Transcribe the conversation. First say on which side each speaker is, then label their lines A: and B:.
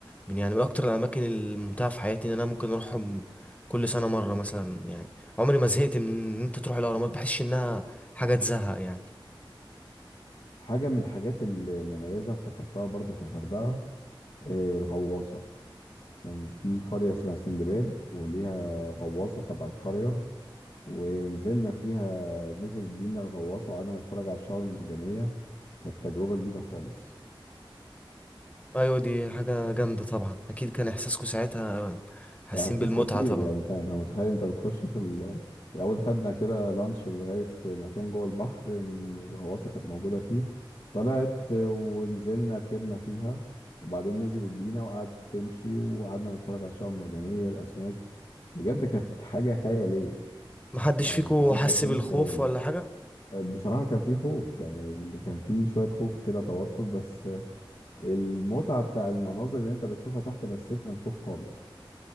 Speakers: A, on the left; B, on the left.
A: من يعني من اكتر الاماكن الممتعه في حياتي ان انا ممكن اروحهم كل سنه مره مثلا يعني عمري ما زهقت من ان انت تروح الاهرامات بحسش انها حاجه تزهق يعني
B: حاجة من الحاجات المميزة افتكرتها برضو في الغردقة آه، الغواصة كان في قرية اسمها سندباد وليها غواصة تبع القرية ونزلنا فيها نزل بينا الغواصة وقعدنا نتفرج على الشعاب المرجانية كانت تجربة جديدة خالص
A: ايوه دي حاجه جامده طبعا اكيد كان احساسكم ساعتها حاسين
B: ده احساس
A: بالمتعه
B: خطير
A: طبعا
B: يعني انت انا متخيل انت بتخش في ال... الاول خدنا كده لانش لغايه مكان جوه البحر م- الغواصه كانت موجوده فيه طلعت ونزلنا ركبنا فيها وبعدين نزلت بينا وقعدت تمشي وقعدنا نتفرج على الشعاب المرجانيه الاسماك بجد كانت حاجه خياليه
A: محدش
B: يعني
A: فيكم
B: المنظر
A: حس
B: كان
A: بالخوف
B: خيالي
A: ولا حاجه
B: بصراحة كان فيه خوف يعني ال- كان فيه شوية خوف كده توتر بس المتعة بتاع المناظر اللي انت بتشوفها تحت نسيتنا الخوف خالص